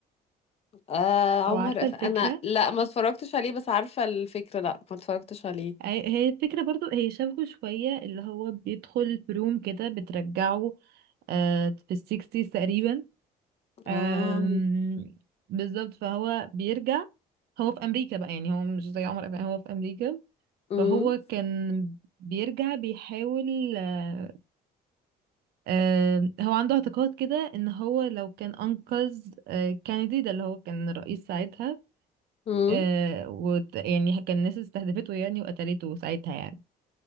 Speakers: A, on the left (about 35°); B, on the right (about 70°).
A: آه عمر
B: او عارفه
A: أف...
B: الفكره
A: انا لا ما اتفرجتش عليه بس عارفة الفكرة لا ما اتفرجتش عليه
B: هي هي الفكره برضو هي شبهه شويه اللي هو بيدخل في روم كده بترجعه آه، في السيكستيز تقريبا أم،
A: اه
B: بالظبط فهو بيرجع هو في امريكا بقى يعني هو مش زي عمر أبقى هو في امريكا
A: امم
B: فهو كان بيرجع بيحاول آه، آه، هو عنده اعتقاد كده ان هو لو كان انقذ آه، كينيدي ده اللي هو كان رئيس ساعتها
A: امم
B: آه، وت- يعني كان الناس استهدفته يعني وقتلته ساعتها يعني